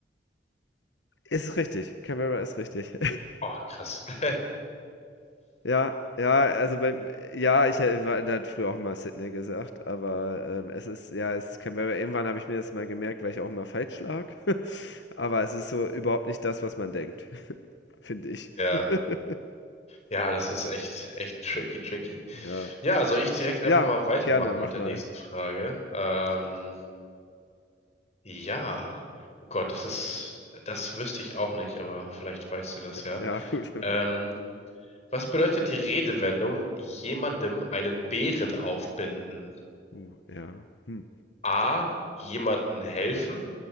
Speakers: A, on the left; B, on the left.
A: ist richtig. Canberra ist richtig. <laughs>
B: Oh, krass. <laughs>
A: Ja, ja, also beim ja, ich hä- war da hat früher auch mal Sydney gesagt, aber, ähm, es ist ja, es ist Canberra. Irgendwann habe ich mir das mal gemerkt, weil ich auch immer falsch lag. <laughs> Aber es ist so überhaupt nicht das, was man denkt, <laughs> finde ich.
B: Ja.
A: <laughs>
B: Ja, das ist echt, echt tricky, tricky.
A: Ja.
B: Ja, soll ich direkt einfach
A: Ja,
B: mal weitermachen
A: gerne, mach
B: mit der
A: mal.
B: nächsten Frage? Ähm, ja. Oh Gott, das ist, das wüsste ich auch nicht, aber vielleicht weißt du das ja.
A: Ja, <laughs> gut,
B: Ähm,
A: mal gucken.
B: was bedeutet die Redewendung, jemandem einen Bären aufbinden?
A: Uh, ja. Hm.
B: A, jemanden helfen.